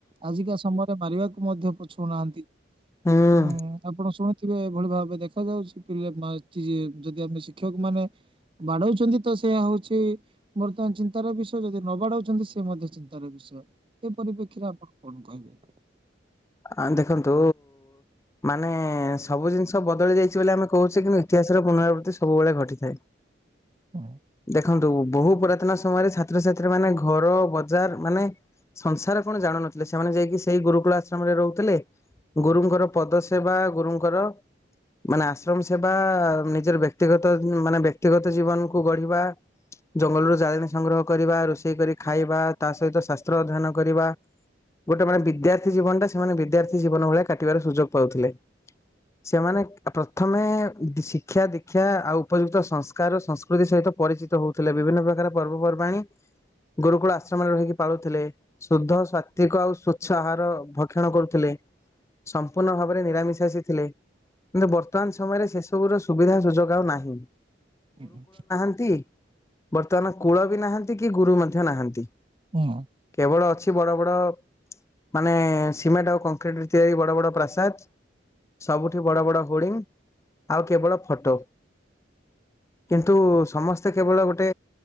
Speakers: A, on the right (about 30°); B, on the left (about 15°).
A: ଆଜିକା ସମୟରେ ମାରିବାକୁ ମଧ୍ୟ ପଛଉନାହାନ୍ତି।
B: ହୁଁ
A: ହଁ ଆପଣ ଶୁଣିଥିବେ ଏଭଳି ଭାବେ ଦେଖା ଯାଉଛି ପିଲା ଯଦି ଆମେ ଶିକ୍ଷକ ମାନେ ବାଡଉଛନ୍ତି ତ ସେଇୟା ହଉଛି ବର୍ତ୍ତମାନ ଚିନ୍ତାର ବିଷୟ। ଯଦି ନବାଢାଉଛନ୍ତି ସେ ମଧ୍ୟ ଚିନ୍ତାର ବିଷୟ ଏ ପରିପ୍ରେକ୍ଷୀରେ ଆପଣ କଣ କହିବେ?
B: ଆ ଦେଖନ୍ତୁ ମାନେ ସବୁ ଜିନିଷ ବ ବଦଳି ଯାଇଛି ବୋଲି ଆମେ କହୁଛେ କିନ୍ତୁ ଇତିହାସର ପନରାବୃତ୍ତି ସବୁବେଳେ ଘଟିଥାଏ।
A: ହୁଁ,
B: ଦେଖନ୍ତୁ ବହୁ ପୁରାତନ ସମୟରେ ଛାତ୍ରଛାତ୍ରୀ ମାନେ ଘର ବଜାର ମାନେ ସଂସାର କଣ ଜାଣୁନଥିଲେ ସେମାନେ ଯାଇକି ସେଇ ଗୁରୁକୁଳ ଆଶ୍ରମରେ ରହୁଥିଲେ ଗୁରୁଙ୍କର ପଦ ସେବା ଗୁରୁଙ୍କର ମାନେ ଆଶ୍ରମ ସେବା ନିଜର ବ୍ୟକ୍ତିଗତ ମାନେ ବ୍ୟକ୍ତିଗତ ଜୀବନ। କୁ ଗଢିବା ଜଙ୍ଗଲରୁ ଜାଳେଣୀ ସଂଗ୍ରହ କରିବା ରୋଷେଇ କରି ଖାଇବା ତା ସହିତ ଶାସ୍ତ୍ର ଅଧ୍ୟୟନ କରିବା ଗୋଟେ ମାନେ ବିଦ୍ୟାର୍ଥୀ ଜୀବନଟା ସେମାନେ ବିଦ୍ୟାର୍ଥୀ ଜୀବନ ଭଳିଆ କାଟିବାର ସୁଯୋଗ ପାଉଥିଲେ ସେମାନେ ପ୍ରଥମେ ଶିକ୍ଷା ଦୀକ୍ଷା ଆଉ। ଉପଯୁକ୍ତ ସଂସ୍କାର ଓ ସଂ ସହିତ ପରିଚିତ ହଉଥିଲେ ବିଭିନ୍ନ ପ୍ରକାର ପର୍ବପର୍ବାଣୀ ଗୁରୁକୁଳ ଆଶ୍ରମରେ ରହିକି ପାଳୁଥିଲେ ଶୁଦ୍ଧ ସାତ୍ଵିକ ଆଉ ସ୍ଵଚ୍ଛ ଆହାର ଭକ୍ଷଣ କରୁଥିଲେ ସମ୍ପୂର୍ଣ୍ଣ ଭାବରେ ନିରାମିଷାସି ଥିଲେ କିନ୍ତୁ ବର୍ତ୍ତମାନ ସମୟରେ ସେସବୁ ର ସୁବିଧା ସୁଯୋଗ ଆଉ ନାହିଁ
A: ହୁଁ
B: ନ୍ତି ବର୍ତ୍ତମାନ କୂଳ ବି ନାହାନ୍ତି କି ଗୁରୁ ମଧ୍ୟ ନାହାନ୍ତି।
A: ହଁ
B: କେବଳ ଅଛି ବଡ଼ ବଡ଼ ମାନେ ସିମେଣ୍ଟ ଆଉ କଂକ୍ରିଟରେ ତିଆରି ବଡ଼ ବଡ଼ ପ୍ରାସାଦ ସବୁଠି ବଡ଼ ବଡ଼ ହୋଡିଙ୍ଗ ଆଉ କେବଳ ଫଟୋ କିନ୍ତୁ ସମସ୍ତେ କେବଳ ଗୋଟେ